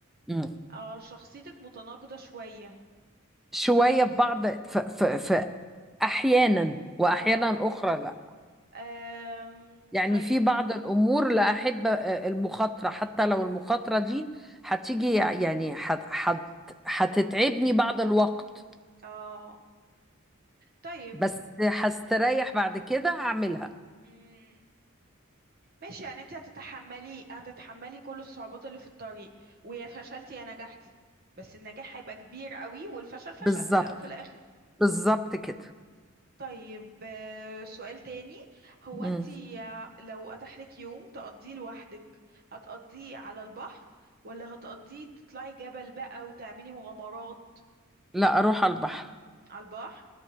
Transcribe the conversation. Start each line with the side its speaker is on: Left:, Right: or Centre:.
Centre: مم.
Right: اه شخصيتك متناقضه شويه
Centre: شوية في بعض ف ف ف أحيانا وأحيانا
Right: اه
Centre: أخرى لا
Right: أم...
Centre: يعني
Right: طيب
Centre: في بعض الأمور لا أحب آه، المخاطرة حتى لو المخاطرة دي هتيجي يعني هت هت هتتعبني بعض الوقت
Right: اه طيب
Centre: بس هستريح بعد كده هعملها
Right: مم. ماشي يعني انت هتتحملي هتتحملي كل الصعوبات اللي في الطريق ويا فشلتي يا نجحتي بس النجاح هيبقى كبير قوي والفشل فشل
Centre: بالظبط
Right: في الاول في الاخر
Centre: بالظبط كده
Right: طيب آه، سؤال تاني هو
Centre: مم.
Right: انت يا- لو اتاح لك يوم تقضيه لوحدك هتقضيه على البحر ولا هتقضيه تطلعي جبل بقى وتعملي مغامرات
Centre: لا أروح على البحر
Right: على البحر